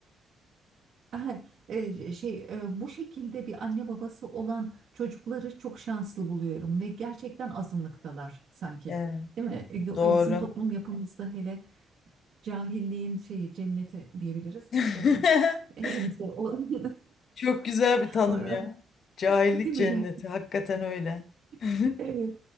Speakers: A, on the right; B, on the left.
A: <laughs> eee, şey eee, bu şekilde bir anne babası olan çocukları çok şanslı buluyorum ve gerçekten azınlıktalar sanki.
B: Evet,
A: Değil mi? E, Yo-
B: doğru.
A: e, Bizim toplum yapımızda hele. Cahilliğin şeyi cenneti diyebiliriz.
B: <laughs>
A: Ee, hepimiz de o, <laughs>
B: Çok güzel bir tanım
A: o-
B: ya. Cahillik
A: değil
B: cenneti.
A: mi?
B: Hakikaten öyle. <laughs>
A: <laughs> Evet.